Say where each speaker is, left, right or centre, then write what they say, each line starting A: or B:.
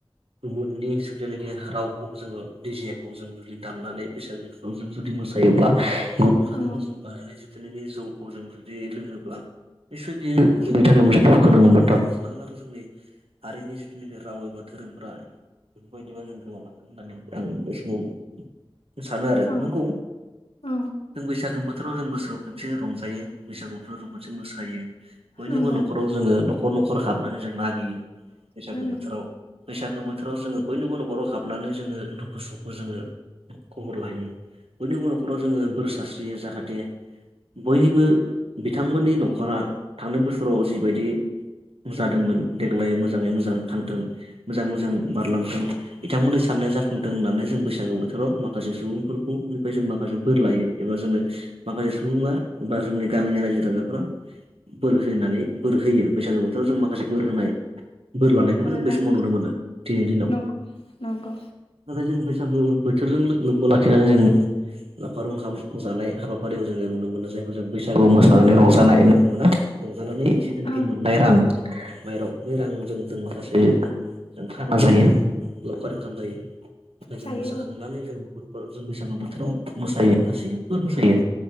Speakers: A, on the right; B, on the left.
A: गुबुननि जुदिनाखि रावखौ जोङो डिजेखौ जों जुदि दामनानै बैसागोफोराव जों जुदि मोसायोब्ला गुबुन हादोराव
B: औ
A: जों बानायनाय जिथुनाखि जौखौ जों जुदि लोङोब्ला निसय बियो जोंनि
B: औ
A: थाखाय मोनसे <unintelligible> बा <unintelligible> आरो जोंनि हारिनि जिथुनाखि राव एबा धोरोमफ्रा बेफोरबायदिबा जों गोमालांगोन होननानै आं बे समाव सानो आरो
B: औ
A: नंगौ
B: औ
A: जों बैसागो बो थोराव जों बोसोराव खेबसे रंजायो, बैसागु बोथाराव जों खेबसे मोसायो, बयनिबो
B: नंगौ
A: नखराव जोङो न'खर न'खर हाबनानै जों मागियो। बैसागो
B: उम
A: बोथोराव। बैसागो
B: उम
A: बोथोराव जोङो बयनिबो न'खराव हाबनानै जोङो दुखु सुखु जोङो खब'र लायो। बयनिबो न'खराव जोङो बोर सारस्रियो जाहाथे बयनिबो बिथांमोननि न'खरा थांनाय बोसोराव जिबायदि जादोंमोन देग्लाय मोजाङै मोजां थांथों मोजाङै मोजां बारलांथों बिथांमोननि सा नाय जाफुंथों होननानै जों बैसागु बोथोराव माखासे सुबुंफोरखौ निफ्राय जों माखासे बोर लायो एबा जोङो माखासे सुबुङा बा जोंनि गामिनि रायजो राजाफोरा बोर होनानै, बोर होयो। बैसागो बोथोराव जों माखासे बोर होनाय बोर लानायखौबो
B: आरो
A: जों बे
B: लानाय
A: समाव नुनो मोनो, दिनैनि दिनाव।
B: नंगौ नंगौ
A: नाथाय जों बै सागो बोथोरजों लो-लोब्बा लाखिनानै जोङो लावखार ओंखाम जानाय हाबाफारियाव जोङो नुनो मोनो। जायखौ जों बैसागु मोसानानै रंजानाय होनना बुङो ना? रंजानानै जिथुनाखि
B: ओं
A: मोननाय
B: ओं
A: रां माइराव बे रांजों जों माखासे जों खाना जायो, लावखार ओंखाम जायो। <unintelligible> जों
B: जायो
A: मोसाखांनानै जों न'खर <unintelligible> जों बैसागो बोथोराव मोसायो, गासिब्बो मोसायो।